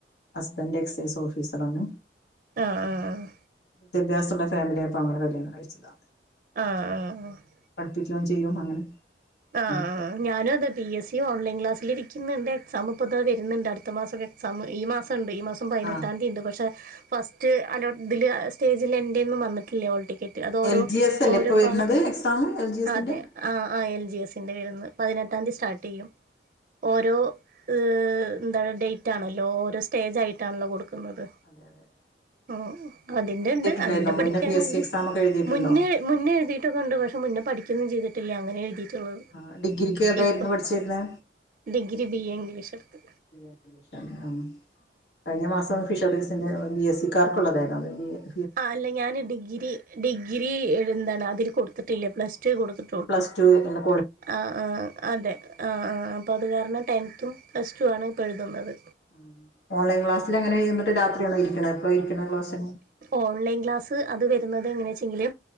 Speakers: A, on the left; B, on the right.
A: ഹസ്ബൻറ് എക്സൈസ് ഓഫീസർ ആണ്
B: ആഹ് ആഹ് ആഹ്
A: വിദ്യാഭ്യാസുള്ള ഫാമിലി അപ്പോ അങ്ങന കല്യാണം കഴിച്ചതാ
B: ആഹ് ആഹ്
A: പഠിപ്പിക്കുയും ചെയ്യും അങ്ങനെ
B: ആഹ്
A: അങ്ങനെയൊക്കെ
B: ആഹ് ഞാനും അതെ പി എസ് സിയും ഓൺലൈൻ ക്ലാസ്സില് ഇരിക്കുന്നുണ്ട് എക്സാം ഇപ്പോ ദാ വരുന്നുണ്ട് അടുത്ത മാസക്കോ എക്സാം ഈ മാസംണ്ട് ഈ മാസം പായിനെട്ടാംന്ദി
A: ആഹ്
B: ഉണ്ട് പഷേ ഫസ്റ്റ് അലോ ഇതില് സ്റ്റേജിൽ എന്റെ ഒന്നും വന്നിട്ടില്ലേ ഓൾടിക്കറ്റ് അത് ഒരോ
A: എൽ ജി എസ് അല്ലേ
B: ഓരോ
A: ഇപ്പൊ വരുന്നത്
B: ഭാഗത്ത്
A: എക്സാം എൽ ജി എസിന്റെ
B: അതെ ആഹ് ആഹ് എൻ ജി എസിന്റെ വെരുന്ന് പതിനൊട്ടംതി സ്റ്റാർട്ട്‌എയും ഓരോ ഇഹ് എന്താണ് ഡേറ്റ് ആണല്ലോ ഓരോ സ്റ്റേജ് ആയിട്ടാണല്ലോ കൊടുക്കുന്നത്
A: അതെ അതെ
B: ഉം അതിന്റെ
A: മുന്നേ എഴുതിയിട്ടുണ്ടായിരുന്നോ
B: ഉണ്ട് അതിന്റെ പഠിക്കാനുണ്ട്
A: മുന്നേ പി എസ് സി എക്സാം ഒക്കെ എഴുതിയിട്ടുണ്ടോ
B: മുന്നേ മുന്നെഴുതിയിട്ടൊക്ക ഉണ്ട് പക്ഷേ മുന്നേ പഠിക്കൊന്നും ചെയ്തിട്ടില്ല അങ്ങെന എഴുതിട്ട് ളു
A: ആഹ് ഡിഗ്രിക്ക് ഏതായിരുന്നു
B: ഇപ്പം
A: പഠിച്ചിരുന്നെ
B: ഡിഗ്രി ബി എ ഇംഗ്ലീഷ് എടുത്ത്
A: ഇംഗ്ലീഷാണ് ആഹ് കഴിഞ്ഞ മാസം ഫിഷറീസിന്റെ ബി എസ് സിക്കാർക്കുള്ളതായിരുന്നു അത് ബി എ
B: ആഹ് അല്ല ഞാന് ഡിഗ്രി ഡിഗ്രി എന്താണ് അതില് കൊടുത്തിട്ടില്ല പ്ലസ് ടുവെ കൊടുത്
A: പ്ലസ് ടു വെക്കനം
B: ആഹ് ആഹ് അതെ ആഹ് ആഹ് അപ്പോ അത് കാരണം ടെൻത്തും പ്ലസ് ടു ആണ് ഇപ്പോ എഴുതുന്നത്
A: ആഹ് ഓൺലൈൻ ക്ലാസിൽ അങ്ങനെയിരുന്നിട്ട് രാത്രിയാണൊ ഇരിക്കണെ എപ്പ ഇരിക്കണ് ക്ലാസ്സിന്
B: ഓൺലൈൻ ക്ലാസ് അത് വരുന്നത് എങ്ങനെ വെച്ചെങ്കില്